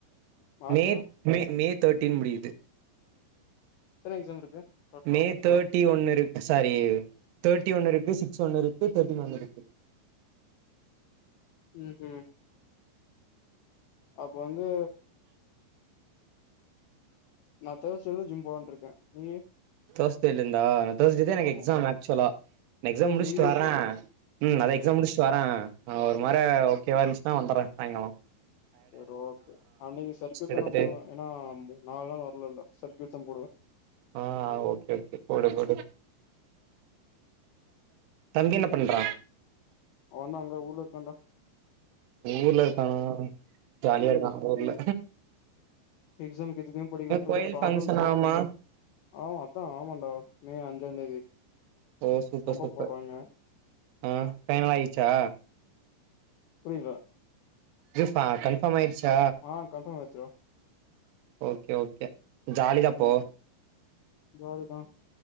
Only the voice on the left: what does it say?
மார்ச்சா
எத்தன எக்ஸாம் இருக்கு டோட்டலா
ம்ஹு அப்போ வந்து நா தேர்ஸ்டேருந்து ஜிம் போலானுருக்க நீயி
ஆமா
தேர்ஸ்டே
ஈவினிங்கு
சேரி
செரி ஓகே அன்னைக்கி சர்க்யூட் தா
நா போடுவே ஏன்னா <inaudible> நால் நாளா வர்லள்ள சர்க்யூட் <inaudible> போடுவ
அவ வந்து அங்க ஊர்ல இருக்கண்ட
எக்ஸாக்கு எதுமே படிக்கில
எதோ ப்ராப்ளம்ஸ்
எல்லா
இருக்காமா ஆமா அத்தா ஆமாடா மே அஞ்சாந்தேதி
கம்போ
போட்றாங்க
புரியில
ஆ கன்ஃபார்ம் ஆயிருச்சுடா
ம்
ஜாலிதா